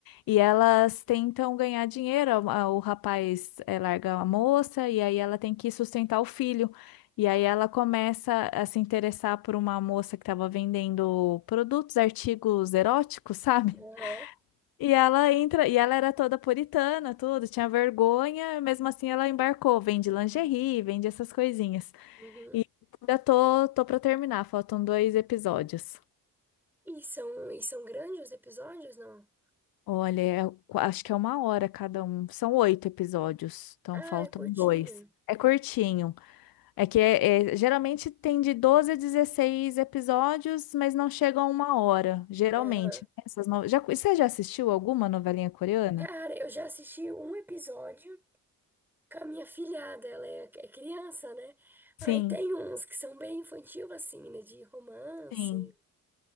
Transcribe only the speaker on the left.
E elas tentam ganhar dinheiro, a- a- o rapaz é, larga a moça e aí ela tem que sustentar o filho. E aí ela começa a se interessar por uma moça que estava vendendo produtos, artigos eróticos, sabe?
E ela entra, e ela era toda puritana, tudo, tinha vergonha, mesmo assim ela embarcou, vende lingerie, vende essas coisinhas.
E ainda tô, tô para terminar, faltam dois episódios.
Olha, é- acho que é uma hora cada um, são oito episódios, então
faltam
dois. É curtinho. É que é, é- geralmente tem de 12 a 16 episódios, mas não chega a uma hora, geralmente.
Essas no... já, você já assistiu alguma novelinha coreana?
Sim,
sim.